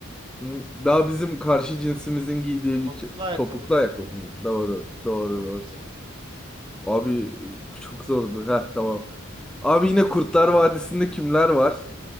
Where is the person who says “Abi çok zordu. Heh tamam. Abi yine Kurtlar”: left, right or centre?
Centre